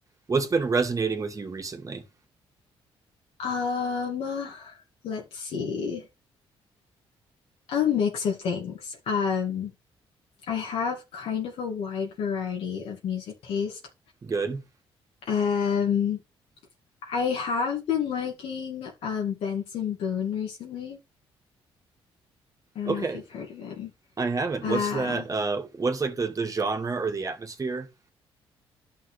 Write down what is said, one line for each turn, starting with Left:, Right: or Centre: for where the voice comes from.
Right: what's been resonating with you recently?
Left: Um, uh, let's see. A mix of things. Um, I have kind of a wide variety of music taste.
Right: Good?
Left: Um, I have been liking um Benson Boone recently. I don't
Right: Okay.
Left: know if you've heard of him.
Right: I haven't.
Left: Uh,
Right: What's that? Uh, what's like the, the genre or the atmosphere?